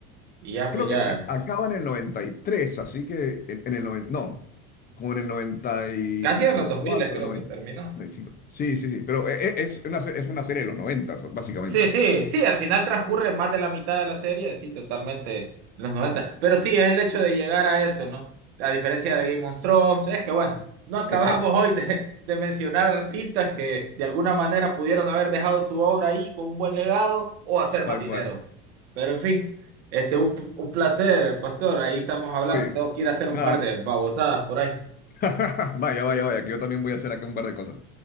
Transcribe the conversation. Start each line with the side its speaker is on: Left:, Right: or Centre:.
Right: Y ya,
Left: Creo
Right: pues ya,
Left: que él ac- acaba en el 93, así que en, en el 90 no, como en el noventa y
Right: casi en los 2000
Left: cuatro
Right: creo
Left: noventa
Right: que terminó.
Left: noventa y cinco Sí, sí, sí, pero e- e- es una, se- es una serie de los 90, básicamente,
Right: Sí,
Left: ¿no?
Right: sí, sí, al final transcurre más de la mitad de la serie, sí, totalmente, en los 90. Pero sí, es el hecho de llegar a eso, ¿no? A diferencia de Game of Thrones, es que bueno, no acabamos
Left: Exacto,
Right: <laughs> hoy de, de mencionar artistas que de alguna manera pudieron haber dejado su obra ahí con un buen legado o hacer más
Left: tal
Right: dinero.
Left: cual.
Right: Pero en fin, este, un, un placer, Pastor, ahí estamos hablando.
Left: Oye,
Right: Tengo que ir a hacer un
Left: nada,
Right: par de babosadas por ahí.
Left: <laughs> Vaya, vaya, vaya, que yo también voy a hacer acá un par de cosas.